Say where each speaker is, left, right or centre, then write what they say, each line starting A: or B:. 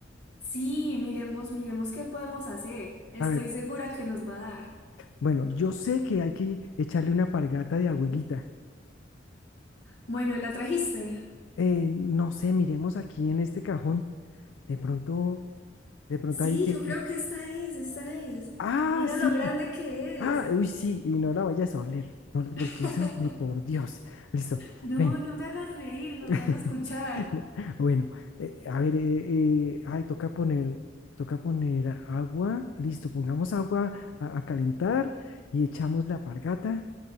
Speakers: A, on the left; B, on the left.
A: sí, miremos, miremos qué podemos hacer. Estoy
B: a ver.
A: segura que nos va a dar.
B: Bueno, yo sé que hay que echarle una pargata de abuelita.
A: Bueno, ¿y la trajiste?
B: Eh, no sé, miremos aquí en este cajón. De pronto, de pronto
A: Sí,
B: ahí que,
A: yo
B: que...
A: creo que esta es, esta es.
B: Ah,
A: Mira
B: sí,
A: lo grande que
B: Ah,
A: es.
B: uy, sí, y no la vayas a oler, no, porque
A: <laughs>
B: esas de por Dios. Listo,
A: No,
B: ven.
A: no me hagas reír, nos
B: <laughs>
A: van a escuchar.
B: No, Bueno, eh, a ver, eh, eh, ay, toca poner, toca poner a- agua. Listo, pongamos agua a, a calentar y echamos la pargata.